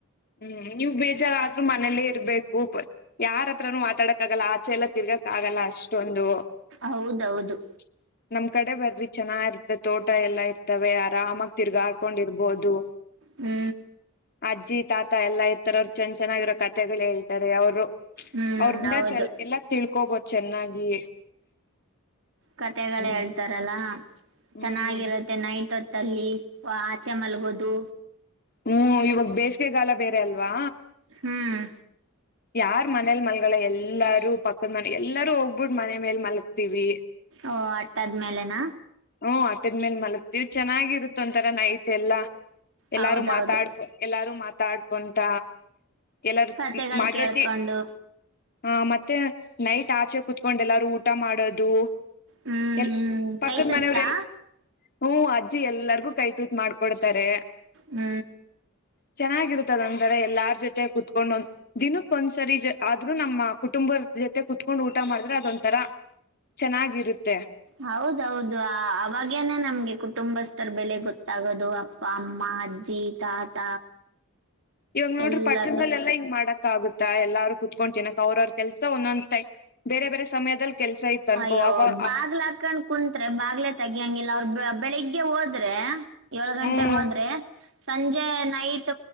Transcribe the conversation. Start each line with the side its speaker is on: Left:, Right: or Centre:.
Left: ಹ್ಮ ನೀವು ಬೇಜಾರಾದ್ರ ಮನೇಲ್ಲೇ ಇರ್ಬೇಕು. ಯಾರತ್ರನು ಮಾತಾಡಕ್ ಆಗಲ್ಲ ಆಚೆಲ್ಲ ತಿರ್ಗಕ ಆಗಲ್ಲ ಅಷ್ಟೊಂದು.
Right: ಹೌದೌದು.
Left: <inaudible> ನಮ್ ಕಡೆ ಬರ್ರಿ ಚೆನ್ನಾಗಿರ್ತ ತೋಟ ಎಲ್ಲಾ ಇರ್ತವೆ ಆರಾಮಾಗ ತಿರ್ಗಾಡ್ಕೊಂಡಿರ್ಬೋದು.
Right: ಹ್ಮ.
Left: ಅಜ್ಜಿ ತಾತ ಎಲ್ಲಾ ಇರ್ತಾರ ಅವ್ರು ಚೆ ಚೆನ್ನಾಗಿರೋ ಕತೆೆಗಳು ಹೇಳ್ತಾರೆ ಅವರು
Right: ಹ್ಮ್
Left: ಅವ್ರ ಮುಂದ
Right: ಹೌದು
Left: ಚ ಎಲ್ಲಾ ತಿಳ್ಕೋಬೋದು ಚೆನ್ನಾಗಿ
Right: ಕತೆಗಳು
Left: ಹ್ಮ್
Right: ಹೇಳ್ತಾರಲ್ಲ
Left: ಹ್ಮ್
Right: ಚೆನ್ನಾಗಿರುತ್ತೆ ನೈಟ್ ಹೊತ್ತಲ್ಲಿ ವ ಚಮಲ್ಗೋದು
Left: ಹ್ಮ್ ಇವಾಗ ಬೇಸಿಗೆಗಾಲ ಬೇರೆ ಅಲ್ವಾ
Right: ಹ್ಮ್
Left: ಯಾರ್ ಮನೇಲ್ ಮಲ್ಗಲ್ಲ ಎಲ್ಲಾರೂ ಪಕ್ಕದ ಮನೆ ಎಲ್ಲಾರೂ ಹೋಗ್ಬಿಟ್ಟ ಮನೆ ಮೇಲ್ ಮಲಗತಿವಿ
Right: ಓ ಅಟ್ ದಆದ್ಮೇಲೆನಾ
Left: ಹ್ಮ್ ಅಟದ್ಮೇಲ್ ಮಲ ಇವು ಚೆನ್ನಾಗಿರುತ್ತ ಒಂಥರಾ ನೈಟ್ ಎಲ್ಲಾ ಎಲ್ಲಾರು
Right: ಹೌದೌದು
Left: ಮಾತಾಡ್ಕೊ ಎಲ್ಲಾರು ಮಾತ ಮಾತಾ ಆಡ್ಕೊಟ ಎಲ್ಲಾರ
Right: ಕತೆಗಳು
Left: ಮಾಡಿರತಿ
Right: ಕೇಳ್ಕೊಂಡು
Left: ಹ ಮತ್ತೆ ನೈಟ್ ಆಚೆ ಕುೂತ್ಕೊಂಡು ಎಲ್ಲಾರು ಊಟ ಮಾಡೋದು
Right: ಹ್ಮ್
Left: ಎಲ್
Right: ಕೈತುತ್ತಾ
Left: ಪಕ್ಕದ ಮನೆಯವ್ರಲ್ಲ ಹ್ಮ ಅಜ್ಜಿ ಎಲ್ಲಾರ್ಗು ಕೈ ತೂತ್ ಮಾಡ್ಕೊಡ್ತಾರೆ
Right: ಹ್ಮ್
Left: ಚೆನ್ನಾಗಿರ್ತದ ಅಂದರೆ ಎಲ್ಲಾರ ಜೊತೆ ಕುೂತ್ಕೊಂಡ್ ಒಂದ್ ದಿನಕ್ಕ ಒಂದ್ಸರಿ ಆದ್ರೂ ನಮ್ಮ ಕುಟುಂಬ ಜೊತೆ ಕುತ್ಕೊಂಡ್ ಊಟ ಮಾಡಿದ್ರೆ ಅದೊಂತರಾ ಚೆನ್ನಾಗಿರುತ್ತೆ
Right: ಹೌದೌದು ಅವಾಗೇನೆ ನಮ್ಗೆ ಕುಟುಂಬಸ್ಥರ್ ಬೆಲೆ ಗೊತ್ತಾಗೋದು ದು ಅಪ್ಪ ಅಮ್ಮ ಅಜ್ಜಿ ತಾತ
Left: ಇವಾಗ ನೋಡ್ರಿ
Right: ಎಲ್ಲಾದ್ರೂ
Left: ಪಟ್ಟಣದಲ್ಲೆಲ್ಲಾ ಹಿಂಗ್ ಮಾಡಕ್ ಆಗುತ್ತಾ ಎಲ್ಲಾರೂ ಕುೂತ್ಕೊಂಡ್ ತಿನಕ್ ಅವ್ರ ಅವ್ರ ಕೆಲಸ ಒಂದೊಂದ ಬೇರೆ ಬೇರೆ ಸಮಯದಲ್ಲಿ ಕೆಲಸ ಇತ್ತು ಅನ್ಕೋ
Right: ಅಯ್ಯೋ
Left: ಅವ
Right: ಬಾಗ್ಲ ಹಾಕಂಡ ಕುಂತ್ರೆ ಬಾಗ್ಲೆೇ ತೆಗಿಯಂಗಿಲ್ಲ ಅವ್ರ ಬೆಳಿಗ್ಗೆ ಹೋದ್ರೆ ಏಳ್ ಗಂಟೆಗ್
Left: ಹ್ಮ್
Right: ಹೋದ್ರೆ ಸಂಜೆ ನೈಟ್